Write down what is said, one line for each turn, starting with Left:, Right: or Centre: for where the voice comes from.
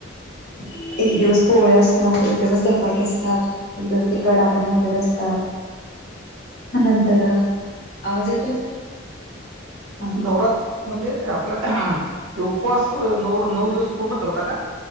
Left: ह एक दिवस पोळे असतात एक दिवस झपाटे असतात एक दिवस ते कडाकणे वगैरे असतात नंतर आवाज येतोय सर हा
Right: नवरात म्हणजे आपला उपवास न नऊ दिवस पूर्ण करता का